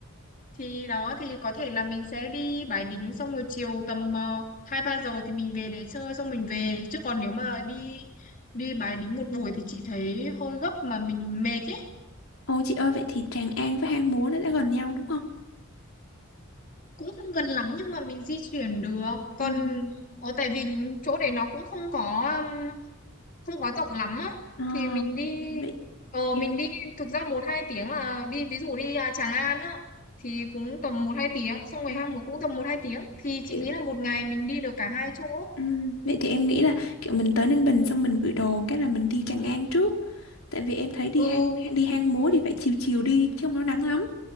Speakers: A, on the left; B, on the left.
A: thì đó thì có thể là mình sẽ đi Bái Đính xong rồi chiều tầm ờ, hai ba giờ thì mình về đấy chơi xong mình về chứ còn nếu mà đi đi Bái Đính một buổi thì chị thấy hơi gấp mà mình mệt ấy
B: ô chị ơi vậy thì Tràng An với Hang Múa nó đã gần nhau đúng không
A: cũng không gần lắm nhưng mà mình di chuyển được còn
B: Ừm,
A: ở tại vì chỗ đấy nó cũng không có um, không có rộng lắm á
B: à,
A: thì mình đi
B: vậy
A: ờ
B: em
A: mình đi thực ra một hai tiếng là đi ví dụ đi à, Tràng An á thì cũng tầm một hai tiếng xong rồi
B: ừm,
A: Hang Múc cũng tầm một hai tiếng thì
B: kiểu
A: chị nghĩ là một ngày mình đi được cả hai chỗ
B: ừm, vậy thì em nghĩ là kiểu mình tới Ninh Bình xong mình gửi đồ cái là mình đi Tràng An trước Tại vì em thấy đi
A: ừ
B: hang đi hang múa thì phải chiều chiều đi chứ không nó nắng lắm.